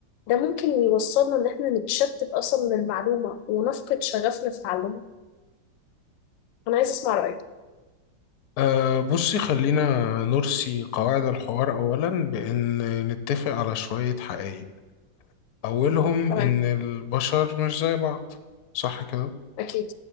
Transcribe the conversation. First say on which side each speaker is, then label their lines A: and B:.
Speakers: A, on the left; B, on the left.
A: ده ممكن يوصلنا إن إحنا نتشتت أصلا من المعلومة ونفقد شغفنا في تعلمها أنا عايزة أسمع رأيك
B: أه بصي خلينا نرسي قواعد الحوار أولا بأن نتفق على شوية حقائق أولهم
A: تمام
B: إن البشر مش زي بعض صح كده؟
A: أكيد